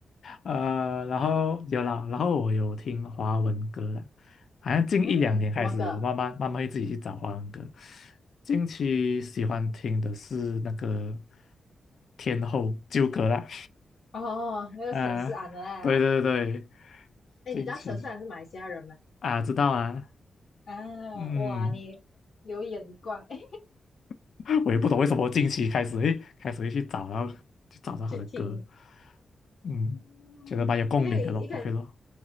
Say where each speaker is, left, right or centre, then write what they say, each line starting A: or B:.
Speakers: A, on the left; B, on the left.
A: <laughs> 呃，然后有啦，然后我有听华文歌啦，好像近一两年开始，
B: 嗯，怎么个？
A: 我慢慢慢慢会自己去找华文歌。近期喜欢听的是那个天后纠葛啦，
B: 哦，
A: <laughs>
B: 那个陈思安的啦。
A: 啊、对对对，
B: 哎，
A: 近期
B: 你知道陈思安是马来西亚人吗？
A: 啊，知道啊，
B: 啊，
A: 嗯，
B: 哇，你有眼光，哎，
A: <laughs> 我也不懂为什么近期开始诶，开始会去找，然后就找到他的歌，
B: 去听。
A: 嗯，
B: 嗯，
A: 觉得蛮有共鸣的咯，OK
B: 那这个一一开始
A: 咯，